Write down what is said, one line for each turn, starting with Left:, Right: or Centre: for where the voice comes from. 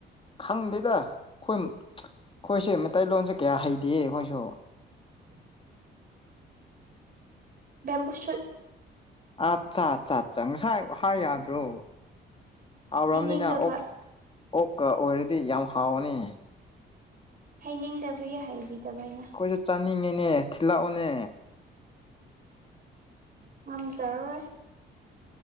Left: ꯈꯪꯗꯦꯗ ꯑꯩꯈꯣꯏ ꯑꯩꯈꯣꯏꯁꯦ ꯃꯩꯇꯩꯂꯣꯟꯁꯦ ꯀꯌꯥ ꯍꯩꯇꯤꯌꯦ ꯑꯩꯈꯣꯏꯁꯨ
Right: <inaudible> ꯕꯦꯝꯕꯨꯨ ꯁꯨꯠ
Left: ꯑꯆꯥ ꯆꯥ ꯆꯥ ꯆꯥ ꯉꯥꯁꯥꯏ ꯍꯥꯏ ꯌꯥꯗ꯭ꯔꯣ ꯍꯥꯎꯔꯝꯅꯤꯅ
Right: ꯍꯥꯏꯅꯤꯡꯗꯕ
Left: ꯑꯣꯛ ꯑꯣꯛꯀ ꯑꯣꯏꯔꯗꯤ ꯌꯥꯝ ꯍꯥꯎꯕꯅꯦ
Right: ꯍꯥꯏꯅꯤꯡꯗꯕꯒꯤ ꯍꯥꯏꯕꯤꯗꯕ ꯑꯩꯅꯥ
Left: ꯑꯩꯈꯣꯏꯁꯨ ꯆꯥꯅꯤꯡꯉꯤꯅꯦ ꯊꯤꯜꯂꯛꯑꯣꯅꯦ
Right: ꯉꯝꯖꯔꯔꯣꯏ